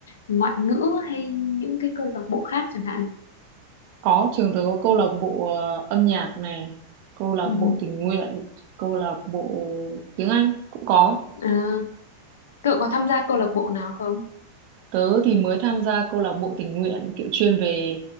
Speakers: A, on the left; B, on the right.
A: ngoại ngữ hay những cái câu lạc bộ khác chẳng hạn
B: có trường tớ có câu lạc bộ ờ, âm nhạc này câu lạc
A: ừ.
B: bộ tình nguyện câu lạc bộ tiếng Anh cũng có
A: à, cậu có tham gia câu lạc bộ nào không
B: tớ thì mới tham gia câu lạc bộ tình nguyện kiểu chuyên về